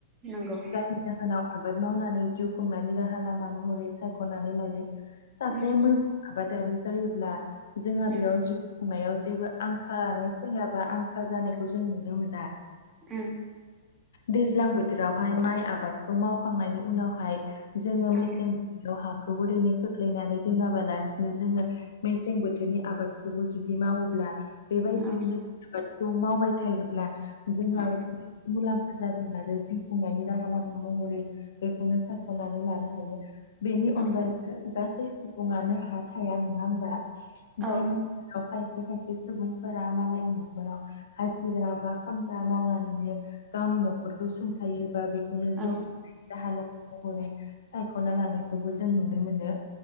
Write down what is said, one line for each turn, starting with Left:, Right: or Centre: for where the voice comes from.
Right: नंगौ
Left: जायनि जाहोनाव आबाद मावनानै जिउ खुंनायनि राहा लामा महरै सायख'नानै लायो सासे
Right: उम
Left: मोजां आबादारि जायोब्ला जोंहा
Right: उम
Left: बेयाव खंनायाव जेबो आंखालानो फैयाबा आंखाल जानायखौ जों नुनो मोना
Right: ओम
Left: दैज्लां बोथोरावहाय माइ आबादखौ मावखांनायनि उनावहाय जोङो
Right: औ
Left: मेसें द हाखौ ओरैनो खोख्लैनानै दोनङाबालासिनो जोङो मेसें बोथोरनि आबादखौबो जुदि मावोब्ला बेबायदियैनो
Right: औ
Left: जों आबादखौ मावबाय थायोब्ला जोंहा
Right: औ
Left: मुलाम्फा ज जादों आरो जिउ खुंनायनि राहा लामा महरै बेखौनो सायख'नानै लानो हायो बेनि अनगायैबो
Right: औ
Left: गासै सुबुङानो हा थाया नङा होमबा
Right: औ
Left: जायनि औ खायसे खायसे सुबुंफोरा मालायनि न'खराव हाजिरा बा खामला मावनानैनो गावनि न'खरखौ सोंथायोबा बे बेनो
Right: औ
Left: जिउ राहा महरै सायख'ना लानायखौबो जों नुनो मोनो